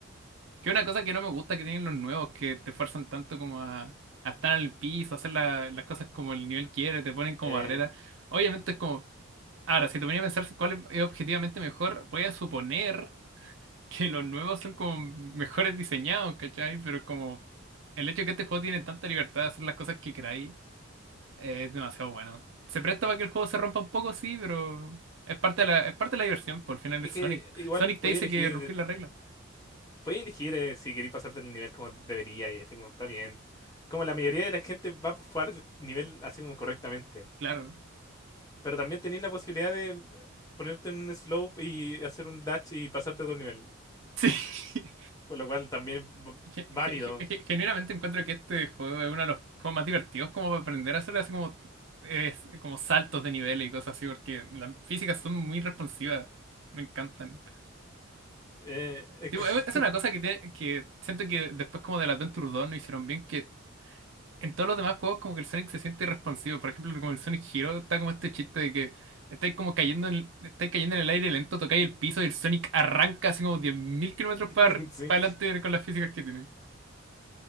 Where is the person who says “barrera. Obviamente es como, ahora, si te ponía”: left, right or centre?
Right